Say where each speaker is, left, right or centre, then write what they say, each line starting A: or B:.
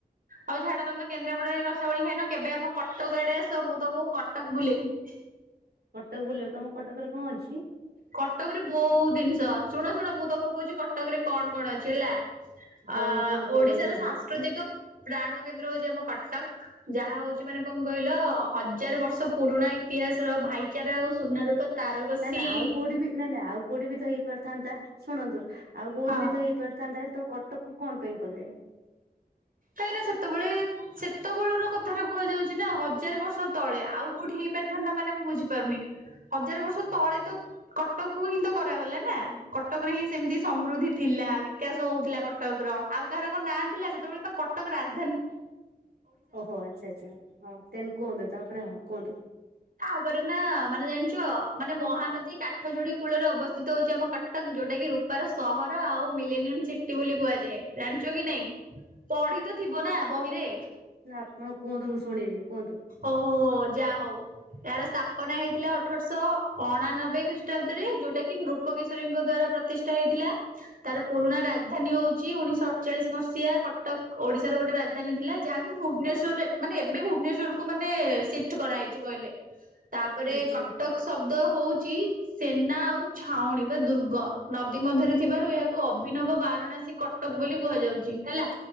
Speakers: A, on the right; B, on the right.
A: ହଉ ଛାଡ ତମେ ତ କେନ୍ଦ୍ରାପଡାରେ ରସାବଳି ଖାଇନ କେବେ ଆମ କଟକ ଆଡେ ଆସ ମୁଁ ତମକୁ କଟକ ବୁଲେଇିବି।
B: କଟକ ବୁଲେଇବ ତମ କଟକରେ କଣ ଅଛି?
A: କଟକରେ ବହୁତ ଜିନିଷ ଶୁଣ ଶୁଣ ମୁଁ ତମକୁ କହୁଛି କଟକରେ କଣ କଣ ଅଛି ହେଲା। ଅ
B: ହଉ କୁହ କୁହ
A: ଓଡିଶାର
B: ଜଲଦି ଜଲଦି
A: ସାଂସୁ ସାସ୍କୃତିକ ପ୍ରାଣ କେନ୍ଦ୍ର ହଉଛି ଆମ କଟକ, ଯାହା ହଉଛି ମାନେ କଣ କହିଲ ହଜାର ବର୍ଷ। ତ ପୁରୁଣା ଇତିହାସର ଭାଇଚାରା ଆଉ ସୁନା ରୂପା ତାରକସି
B: ନା ନା ଆଉ କୋଉଠି ବି ନା ନା ଆଉ କୋଉଠି ବି ତ ହେଇପାରଥାନ୍ତା ଶୁଣନ୍ତୁ ଆଉ କୋଉଠି
A: ହଁ।
B: ବି ତ ହେଇ ହେଇପାରିଥାନ୍ତା ତ କଟକକୁ କଣ ପାଇଁ କଲେ?
A: କାହିଁକିନା ସେତେବେଳେ। ସେତେବେଳର କଥାଟା କୁହାଯାଉଚି ନା ହଜାର ବର୍ଷ ତଳେ ଆଉ କୋଉଠି ହେଇପାରିଥାନ୍ତା ମାନେ ମୁଁ ବୁଝିପାରୁନି। ହଜାର ବର୍ଷ ତଳେ ତ କଟକ ହିଁ ତ କରାଗଲା ନା କ କଟକରେ ହିଁ ସେମିତି ସମୃଦ୍ଧି ଥିଲା ବିକାଶ ହଉଥିଲା କଟକର ଆଉ ତାହାର କନାଁ ଥିଲା ଯେତେବେଳେ ଆ କଟକ ରାଜ
B: ଓହୋ ଆଚ୍ଛା ଆଛା ହଁ ତେନ କୁହନ୍ତୁ ତାପରେ ହଁ କୁହନ୍ତୁ
A: ତାପରେ ନା ମାନେ ଜାଣିଛ ମାନେ ମହାନଦୀ କା ଠ ଯୋଡ଼ି କୂଳରେ ଅବସ୍ଥିତ ହେଉଛି ଆମ କଟକ ଯୋଉ ଟାକି ରୂପାର ସହର ଆଉ ମିଲେନୀୟମ ସି ସିଟି ବୋଲି କୁହାଯାଏ ଜାଣିଛ କି ନାଇଁ। ପଢି ତ ଥିବ ନା ବହିରେ।
B: ନା ଆପଣ କୁହନ୍ତୁ ମୁଁ ଶୁଣିବି କୁହନ୍ତୁ।
A: ଓହୋ ହୋ ଯା ହଉ। ଏହାର ସ୍ଥାପନା ହେଇଥିଲା ଅଠରଶହ ଅଣାନବେ ଖ୍ରୀଷ୍ଟାବ୍ଦରେ ଯୋଉଟା କି ନୃ ଗ କେଶରୀ ଙ୍କ ଦ୍ଵାରା ପ୍ରତିଷ୍ଠା ହେଇଥିଲା। ତାର ପୁରୁଣା ରାଜଧାନୀ ହଉଛି ଉଣେଇଶହ ଅଠଚାଳିଶ ମସିହା କଟକ ଓଡିଶାର ଗୋଟେ ରାଜଧାନୀ ଥିଲା ଯାହାକୁ ଭୁବନେଶ୍ଵରରେ ମାନେ ଏବେ ଭୁବନେଶ୍ଵରକୁ ମାନେ ସିଫ୍ଟ କରାହେଇଛି କହିଲେ। ତାପରେ
B: ଆଚ୍ଛା
A: କଟକ ଶବ୍ଦ ହଉଛି ସେନା ଆଉ ଛାଉଣୀ ବା ଦୁର ଗ ନଦୀ ମଧ୍ୟରେ ଥିବାରୁ ଏହାକୁ ଅଭିନବ ବାରାଣାସୀ କଟକ ବୋଲି କୁହାଯାଉଛି ହେଲା।